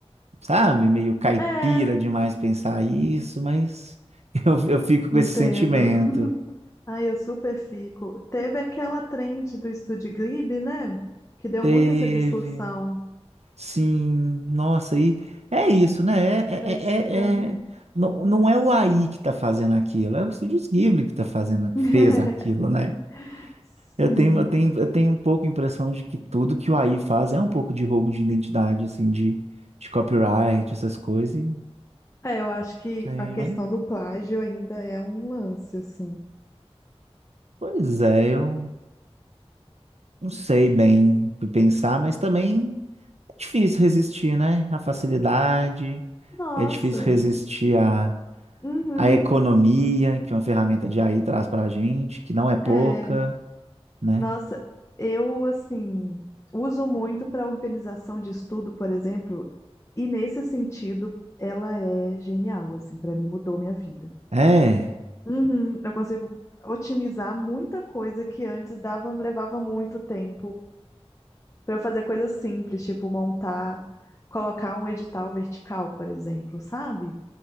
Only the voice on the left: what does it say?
é,
entendo.
Ai, eu super fico. Teve aquela trend do Estúdio Ghibli, né? Que deu
muito essa discussão.
Ficou
estirando.
<laughs>
Sim.
É, eu acho que
a questão
do plágio ainda é um lance, assim.
Nossa.
Uhum.
É.
Nossa, eu assim uso muito para organização de estudo, por exemplo, e nesse sentido ela é genial, assim, para mim mudou minha vida.
Uhum, eu consigo otimizar muita coisa que antes dava, levava muito tempo para eu fazer coisas simples, tipo montar, colocar um edital vertical, por exemplo, sabe?